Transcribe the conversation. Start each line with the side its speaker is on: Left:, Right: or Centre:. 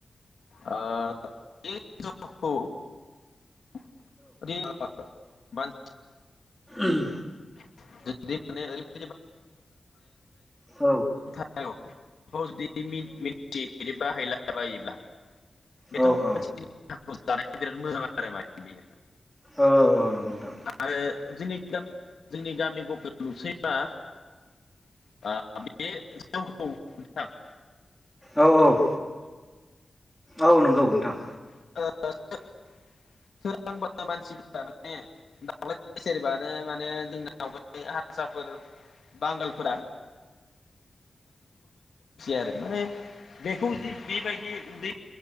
Left: ओ बे जौखौ <unintelligible> मानसिया
Centre: ओम
Left: <unintelligible> <unintelligible> माने <unintelligible>
Centre: औ
Left: <inaudible> औ <unintelligible> बाहायला जाबायोब्ला बेथ'
Centre: औ
Left: <unintelligible>
Centre: औ
Left: जानाया बिराद मोजां आरो माने बेयो
Centre: औ औ नोंथां
Left: आरो जोंनि <unintelligible> जोंनि गामि गफ लुसैबा <unintelligible> बे जोंखौ बिथां
Centre: औ औ औ नंगौ नोंथां
Left: <unintelligible> सोरांबा मानसिफोरा माने <unintelligible> सेरबानो माने जोंना <unintelligible> हारसाफोर बांगाल <unintelligible> आरो माने बेखौ जि बेबायदि उन्दै